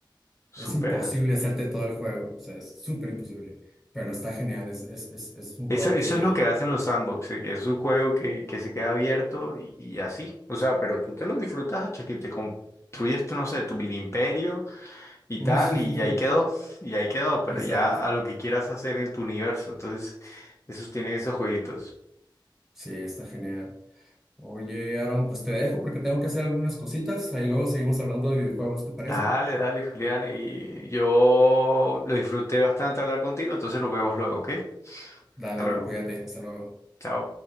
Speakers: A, on the left; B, in the centre.
A: super.
B: es imposible hacerte todo el juego. O sea, es súper imposible. Pero está genial. Es, es, es, es un
A: Eso,
B: juego
A: eso
B: que.
A: es lo que hacen los sandbox, eh, que es un juego que, que se queda abierto y, y así. O sea, pero tú te lo disfrutas hasta que te construyes, tú, no sé, tu mini imperio y
B: <laughs>
A: tal, y ahí quedó, y ahí quedó, pero
B: Exacto.
A: ya a lo que quieras hacer en tu universo. Entonces, esos tienen esos jueguitos.
B: Sí, está genial. Oye, Aaron, pues te dejo porque tengo que hacer algunas cositas. Ahí luego seguimos hablando de videojuegos, ¿te parece?
A: Dale, dale, Julián, y yo lo disfruté bastante hablar contigo, entonces nos vemos luego, ¿ok?
B: Dale,
A: Hasta luego.
B: Aaron, cuídate. Hasta luego.
A: Chao.